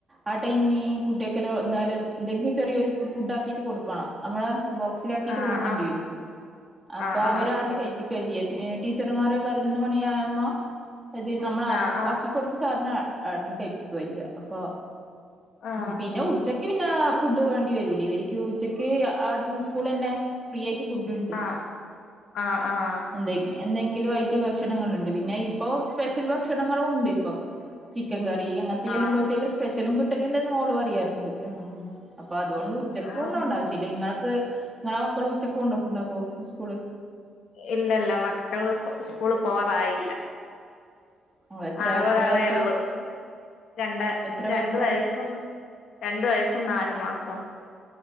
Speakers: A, on the right (about 15°); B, on the left (about 75°).
A: ആഹ് ടൈമിന് ഈ കുട്ടികക്കെല്ലോ എന്തായാലും എന്തെങ്കിലും ചെറിയ ഫുഡ് ആക്കിട്ട് കൊടുക്കണം നമ്മള് ബോക്സിലാക്കിട്ട്
B: ആഹ്
A: കൊടുക്കേണ്ടി വരും
B: ആഹ്
A: അപ്പൊ
B: ആഹ്
A: അവര് അവിടുന്ന് കഴിപ്പി ക്കുവാ ചെയ്യ ടീച്ചർമാർ പതിനൊന്ന് മണിയാകുമ്പ ഇത് നമ്മള
B: ആഹ് ആഹ്
A: ആക്കി കൊടുത്ത് സാധനം അടുന്ന് കഴിപ്പിക്കയ്യ അപ്പൊ
B: ആഹ്
A: പിന്നെ ഉച്ച ക്ക് പിന്നെ ഫുഡ് വേണ്ടി വരൂല ഇവർക്ക് ഉച്ചക്ക് ആവിടുന്ന് സ്കൂൾ തന്നെ ഫ്രീ ആയിട്ട് ഫുഡ് ഉണ്ട്
B: ആഹ് ആഹ് ആഹ് ആഹ്
A: എന്ത എന്തെങ്കിലും ആയിട്ട് ഭക്ഷണങ്ങളുണ്ട് പിന്നെ ഇപ്പൊ സ്പെഷ്യൽ ഭക്ഷണങ്ങളും ഉണ്ട് ഇപ്പൊ ചിക്കൻ കറി അങ്ങ തീയെല്ലാം
B: ആഹ്
A: കോളുത്തീല് സ്പെഷലും കിട്ടലുണ്ടെന്ന് മോള് പറയാറുണ്ട് അപ്പൊ അതുകൊണ്ട് ഉച്ചക്ക്
B: ആഹ്
A: കൊണ്ടോവണ്ടാവശ്യം പിന്നെ ങ്ങാക്ക് ങ്ങളെ മക്കള് ഉച്ചക്ക കൊണ്ടോക്ക്ണ്ടോപ്പോ സ്കൂള്
B: ഇല്ലല്ല മക്കള് പോ സ്കൂള് പോവാറായില്ല
A: ഓ എത്ര
B: ആകെ
A: എത്ര
B: ഒരാളേള്ളു
A: വയസാ
B: രണ്ട്
A: എത്ര
B: രണ്ട്
A: വയസാത്
B: വയസും രണ്ടു വയസ്സും നാലു മാസം